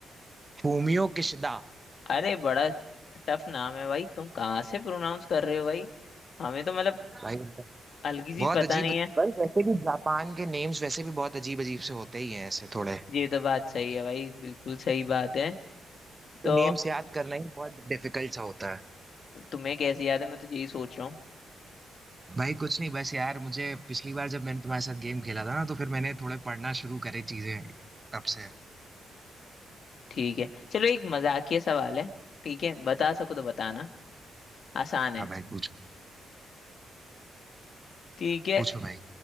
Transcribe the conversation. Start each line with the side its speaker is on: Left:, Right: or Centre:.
Right: Fumio Kishida
Left: अरे बड़ा टफ नाम है भाई तुम कहाँ से प्रोनाउंस कर रहे हो भाई हमें तो मतलब
Right: भाई
Left: हल्की सी
Right: बहुत
Left: पता
Right: अजीब
Left: नहीं
Right: भाई
Left: है
Right: वैसे भी जापान के नेम्स वैसे भी बहुत अजीब अजीब से होते ही हैं ऐसे थोड़े
Left: ये तो बात सही है भाई बिल्कुल सही बात है तो
Right: तो नेम्स याद करना ही बहुत डिफिकल्ट सा होता है
Left: तुम्हें कैसे याद है मैं तो यही सोच रहा हूँ
Right: भाई कुछ नहीं बस यार मुझे पिछली बार जब मैंने तुम्हारे साथ गेम खेला था ना तो फिर मैंने थोड़े पढ़ना शुरू करे चीजें तब से हाँ
Left: ठीक है चलो एक मजाकिया सवाल है ठीक है बता सको तो बताना आसान है
Right: भाई पूछो
Left: ठीक है
Right: पूछो भाई